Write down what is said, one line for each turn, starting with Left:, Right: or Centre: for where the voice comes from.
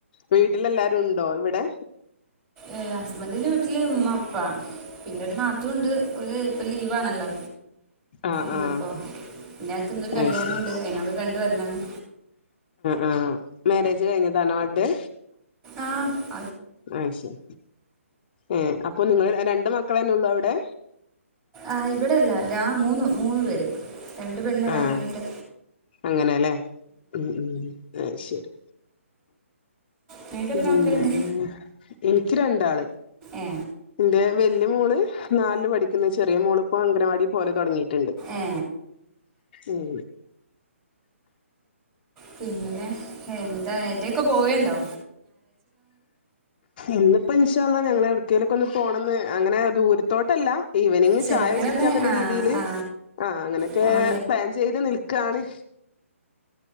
Left: വീട്ടിലെല്ലാരും ഉണ്ടോ ഇവിടെ
Right: ഏ ഹസ്ബൻറിന്റെ വീട്ടില് ഉമ്മ അപ്പാ പിന്നെ ഒരു നാത്തുണ്ട് ഒരു ഇപ്പൊ ലീവ് ആണല്ലോ
Left: ആഹ്
Right: ഇന്ന്
Left: ആഹ്
Right: ഇപ്പോ ഇന്നക്ക് ഇന്നൊരു കല്യാണമുണ്ട്
Left: അത് ശരി
Right: അതിനൊക്കെ കണ്ട് വരല്ലാണ്
Left: ആ മാരേജ് കഴിഞ്ഞതാണോ ആൾടെ
Right: ആഹ്
Left: ആ ശരി ഏ അപ്പൊ നിങ്ങള് രണ്ട് മക്കളന്നെ ഉള്ളൂ അവിടെ
Right: ആ ഇവിടെല്ല രാ മൂന്ന് മൂന്നു പേര് രണ്ട് പെണ്ണ് ഒരു
Left: ആഹ്
Right: ആണായിട്ട്
Left: അങ്ങനെല്ലേ ഉം ഉം ശരി
Right: നിനക്ക്
Left: പിന്നെ
Right: എത്ര മക്കളുണ്ട്
Left: എനിക്ക് രണ്ടാള്
Right: ഏ
Left: എന്റെ വല്യ മോള് നാലില് പഠിക്കുന്നത് ചെറിയ മോളിപ്പോൾ അംഗനവാടി പോലെ തുടങ്ങി ട്ടിണ്ട്
Right: ഏ
Left: ഉം
Right: പിന്നെ എന്താ എവിടെക്കെ പോവണ്ടോ
Left: ഇന്നിപ്പോ ഇൻഷ അള്ളാ ഞങ്ങള അവിടെലൊക്കെ ഒന്ന് പോണംന്ന് അങ്ങനെ ദൂരത്തോട്ടല്ല ഈവനിങ്
Right: ചെറുങ്ങനെ
Left: ചായ കുടിക്കാന്നുള്ള
Right: ഒന്ന് ആ
Left: രീതിയില്
Right: ആ
Left: ആഹ അങ്ങനെയൊക്കെ
Right: പോണം
Left: പ്ലാൻ ചെയ്ത് നിൽക്കണ്